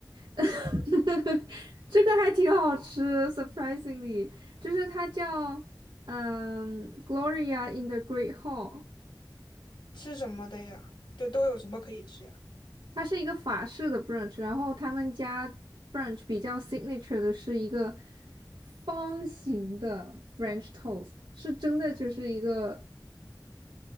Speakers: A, on the right (about 75°); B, on the left (about 85°).
A: <laughs> 这个还挺好吃，surprisingly，就是它叫嗯 Gloria in the Great Hall，
B: 吃什么的呀？对，都有什么可以吃呀？
A: 它是一个法式的 brunch，然后他们家 brunch 比较 signature 的是一个方形的 French toast，是真的就是一个。